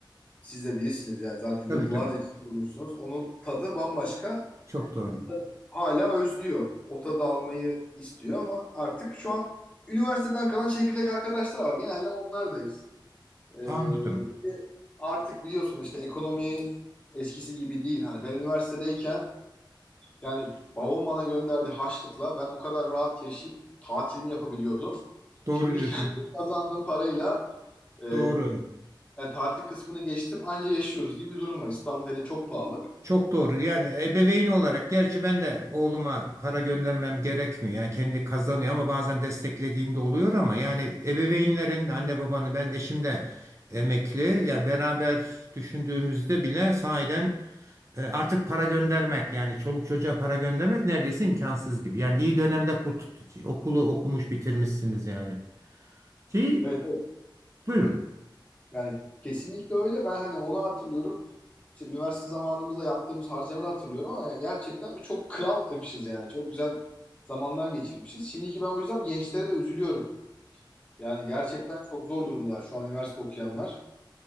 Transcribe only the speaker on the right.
Tabii
tabii.
Çok doğru.
Anladım.
Doğru
diyorsun.
Doğru.
Çok doğru. Yani ebeveyn olarak gerçi ben de oğluma para göndermem gerekmiyor. Yani kendi kazanıyor ama bazen desteklediğim de oluyor ama yani ebeveynlerin anne babanı ben eşim de emekli. Yani beraber düşündüğümüzde bile sahiden e, artık para göndermek yani çoluk çocuğa para göndermek neredeyse imkansız gibi. Yani iyi dönemde kurtuldu. Okulu okumuş bitirmişsiniz yani. Ki
buyurun.